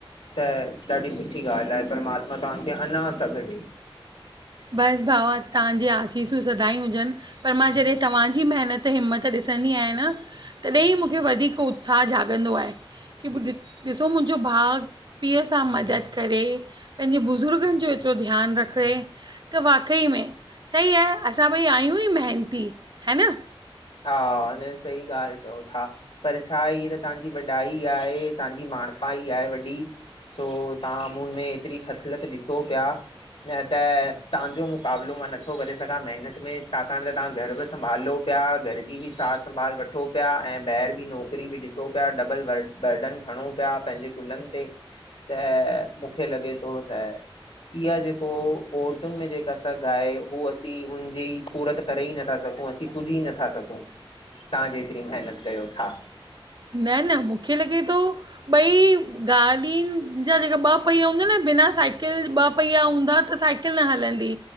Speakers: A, on the left; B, on the right.
A: त ॾाढी सुठ सुठी ॻाल्हि आहे परमात्मा तव्हांखे अञा सॻ ॾए।
B: बस भावा तव्हां इहे आसीसूं सदाहीं हुजन पर मां जॾहिं तव्हांजी मेहनत हिम्मत ॾिंसदी आयां न तॾहिं त ई मूंखे वधीक उत्साह जाॻंदो आहे की भि ॾिसो मुंहिंजो भाउ पीउ सां मदद करे पंहिंजे बुज़ुर्गनि जो ॿियो ध्यानु रखये त वाक़ई में सही आहे, असां ॿई आहियूं ई मेहनती है न
A: हा न सही ॻाल्हि चओ था, पर छा ई त तव्हांजी वॾाई आहे तव्हांजी माणता <unintelligible> सो तव्हां मूं में एतरी ख़सलत ॾिसो पिया न त तव्हांजो मुक़ाबिलो मां नथो करे सघां महिनत में, छाकाणि त तव्हां घर ब संभालो पिया घरजी बि सार संभाल वठो पिया ऐं ॿाहिरि बि नौकिरी बि ॾिसो पिया डबल व बर्डन खणो पिया तव्हां पंहिंजे कुलनि ते त मूंखे लॻे थो त इहा जेको औरतुनि में जेका सघ आहे हू असीं हुनजी पूरत करे ई नथा सघूं पो असीं पुॼी नथा सघूं, तव्हां जेतिरी महिनत कयो था
B: न न, मूंखे लॻे थो ॿई गाॾियुनि जा जेका ॿ पैया हूंदा आहिन बिना साइकिल ॿ पैया हूंदा त साइकिल न हलंदी